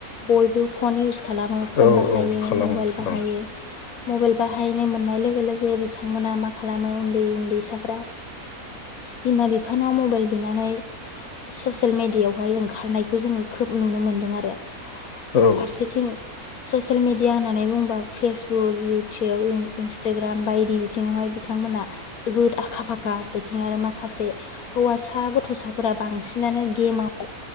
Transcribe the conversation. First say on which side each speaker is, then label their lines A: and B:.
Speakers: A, on the left; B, on the left.
A: बयबो फन इउस खालामो फन
B: औ
A: बाहा बाहायो
B: औ खालामो
A: मबायल
B: खालामो
A: बाहायो। मबाइल बाहायनो मोननाय लोगो लोगो बिथांमोना माखालामो उन्दै उन्दैसाफ्रा बिमा बिफानाव मबाइल बिनानै ससेल मेडियावहाय ओंखारनायखौ जोङो खोब नुनो मोनदों आरो।
B: औ
A: फारसेथिं ससेल मेडिया होननानै बुंङोबा फेसबुक, इउटुब, इन्सटाग्राम बायदि बिथिङावहाय बिथांमोना जोबोद आखा फाखा बिथिं आरो माखासे हौवासा गथ'साफोरा बांसिनानो गेमाव